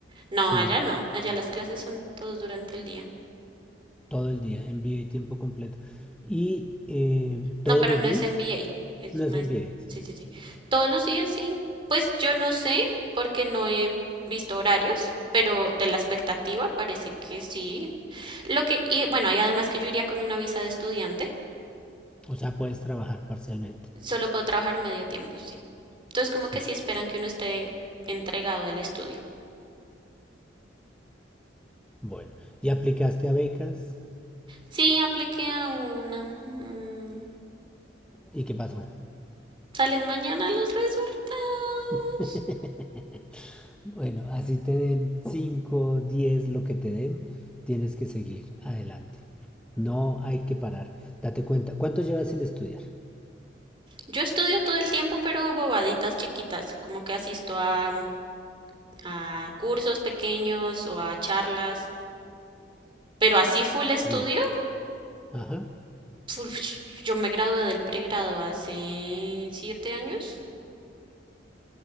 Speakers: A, on the right; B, in the centre.
A: No,
B: sí,
A: allá no, allá las clases son todos durante el día.
B: todo el día, MBA tiempo completo. ¿Y eh, todos
A: No, pero
B: los
A: no
B: días?
A: es MBA, es
B: No es
A: maestra.
B: MBA, sí.
A: Sí, sí, sí. Todos los días, sí. Pues yo no sé, porque no he visto horarios, pero de la expectativa parece que sí. Lo que, y bueno, y además que yo iría con una visa de estudiante,
B: O sea, puedes trabajar parcialmente.
A: solo puedo trabajar medio tiempo, sí. Entonces, como
B: Sí,
A: que sí esperan que uno esté entregado al estudio.
B: bueno. ¿Y aplicaste a becas?
A: Sí, apliqué a una. mm,
B: ¿Y qué pasó?
A: Salen mañana los resultados.
B: <laughs> Bueno, así te den 5, 10, lo que te den, tienes que seguir adelante. No hay que parar. Date cuenta. ¿Cuánto llevas sin estudiar?
A: Yo estudio todo el tiempo, pero bobaditas chiquitas, como que asisto a mm, a cursos pequeños o a charlas, pero así full estudio,
B: Bien. Ajá.
A: uf, yo me gradué del pregrado hace siete años,